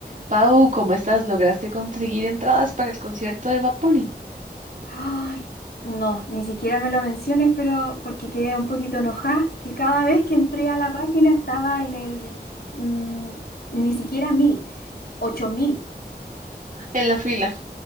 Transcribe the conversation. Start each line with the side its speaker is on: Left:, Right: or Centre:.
Right: Pau, ¿cómo estás? ¿Lograste conseguir entradas para el concierto de Bad Bunny?
Left: Ay, no, ni siquiera me lo menciones, pero porque quedé un poquito enojada, que cada vez que entré a la página estaba en el mm, ni siquiera mil, ocho mil.
Right: En la fila.